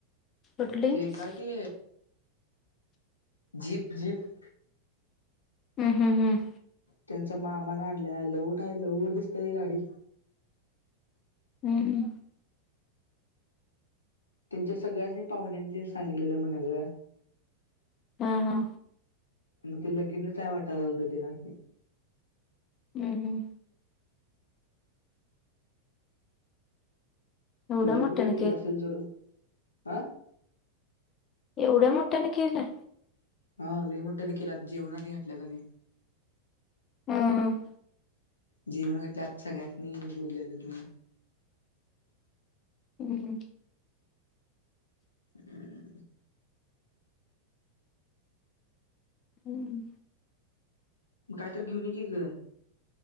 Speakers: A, on the left; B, on the left.
A: कुठली हम्म
B: ते काय ते जिप जिप
A: हम् हम् हम्म
B: त्यांचा मामाला आणल्या लवठ आहे लवट दिसते ती गाडी
A: हम्मम
B: त्यांच्या सगळ्याच पाहुण्यानी त्यां सांगितलेलं म्हण ग
A: हा हा
B: मग ते लगिन नचय वाट झालत तेना नाही
A: हम्म हम् एवढ्या
B: उढे
A: मोठ्यानं
B: पुुठे केलं असेल सोड हा
A: एवढ्या मोठ्याने केलं
B: हा लई मोनी केला जेवणाने घटल्या त्यांनी
A: हम्म
B: जीवण घल्यात सगळ्यातनी बोललेलं तु
A: हम् ह
B: हम्म
A: हम्म
B: कायत घेऊन की ग